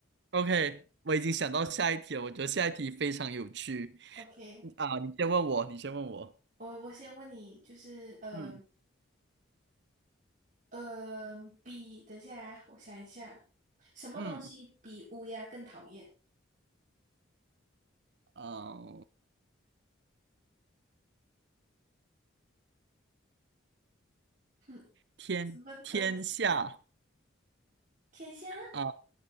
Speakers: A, on the right; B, on the right.
A: ，OK，我已经想到下一题了，我觉得下一题非常有趣
B: ，OK，
A: 啊。你先问我，你先问我。
B: 我我先问你，就是嗯
A: 嗯
B: 呃呃比等一下啊，我想一下，什么东西比乌鸦更讨厌？
A: 嗯啊，
B: 哼，
A: 天天下。
B: 什么东西？天下？
A: 啊。